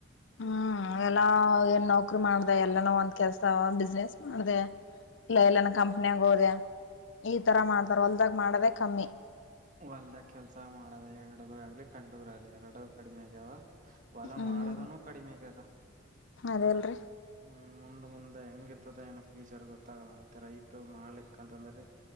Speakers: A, on the left; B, on the right.
A: ಹ್ಮ್ ಎಲ್ಲಾ ಏನ ನೌಕರಿ. ರಿ ಮಾಡದೇ ಎಲ್ಲಾನ ಒಂದ ಕೆಲ್ಸ ಬಿಸ್ನೆಸ್ ಮಾಡದೇ. ಇಲ್ಲ ಎಲ್ಲನ ಕಂಪನ್ಯಾಗ ಹೋದೆ. ಈ ತರ ಮಾಡ್ತಾರ ಹೊಲ್ದಾಗ ಮಾಡದೇ. ಕಮ್ಮಿ.
B: ಹೊಲದಾಗ ಕೆಲ್ಸ ಮಾಡದೇ ಹೆಣ್ಣ ಹುಡುಗರ ಆಗ್ಲಿ ಗಂಡು ಹುಡುಗರು ಆಗ್ಲಿ ಎರಡು ಕಡಿಮೆ ಆಗ್ಯಾವ. ಹೊಲ
A: ಹ್ಮ್
B: ಮಾಡದನುೂ ಕಡಿಮೆ ಆಗೆದ.
A: ಅದೇಲ್ರಿ.
B: ಹ್ಮ್ ಮುಂದ್ ಮುಂದೆ ಹೆಂಗಿರ್ತದ ಏನೋ ಫ್ಯೂಚರ್ ಗೊತ್ತಾಗಲ್ಲ ಮತ್ತೆ ರೈತ ಮಾಡ್ಲಿಕ್ ಅಂತಂದ್ರ